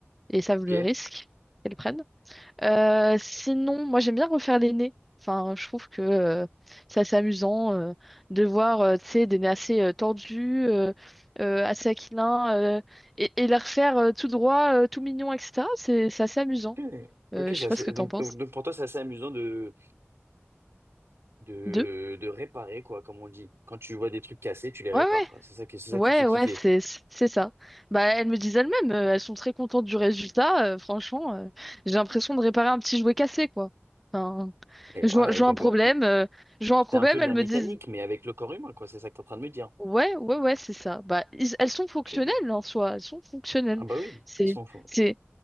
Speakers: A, in the centre; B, on the right.
A: et savent
B: ok.
A: le risque qu'elles prennent. Euh, sinon, moi j'aime bien refaire les nez. Enfin, je trouve que euh, c'est assez amusant euh, de voir, euh, tu sais, des nez assez euh, tordus, euh, euh, assez aquilins, euh, et, et les refaire euh, tout droit, euh, tout mignon, etc. C'est c'est assez amusant.
B: Ok, ok,
A: Euh, je
B: ça,
A: sais pas
B: c'est-
A: ce que
B: donc,
A: t'en penses.
B: donc, donc pour toi, c'est assez amusant de, de,
A: Deux?
B: de réparer, quoi, comme on dit. Quand tu vois des trucs cassés, tu les répares,
A: Ouais, ouais.
B: quoi. C'est ça qui, c'est ça
A: Ouais,
B: qui te fait kiffer.
A: ouais, c'est c'est ça. Bah, elles me disent elles-mêmes, euh, elles sont très contentes du résultat. euh, franchement, euh, j'ai l'impression de réparer un petit jouet cassé, quoi. Enfin,
B: Et
A: je
B: ouais,
A: vois, je vois
B: donc,
A: un problème,
B: euh,
A: euh, je vois un problème,
B: c'est un peu de
A: elles
B: la mécanique,
A: me disent.
B: mais avec le corps humain, quoi. C'est ça que tu es en train de me dire.
A: Ouais, ouais, ouais, c'est ça. Bah, ils- elles sont fonctionnelles
B: Ok, ok.
A: en soi, elles sont fonctionnelles.
B: Ah bah oui, de toute
A: C'est,
B: façon, faut-
A: c'est,